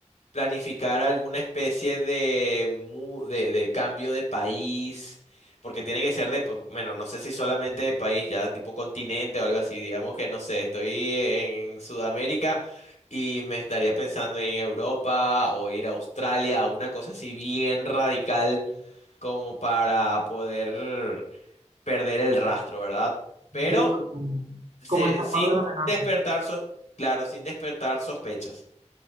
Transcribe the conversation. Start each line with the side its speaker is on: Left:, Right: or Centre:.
Left: planificar alguna especie de, mu- de, de cambio de país, porque tiene que ser de, po- bueno, no sé si solamente de país, ya tipo continente o algo así, digamos que no sé, estoy en Sudamérica y me estaría pensando en Europa o ir a Australia, una cosa así bien radical como para poder perder el rastro, ¿verdad? Pero
Right: Entiendo como,
Left: se-
Right: como esta
Left: sin
Right: parte de la amenaza.
Left: despertar, so- claro, sin despertar sospechas.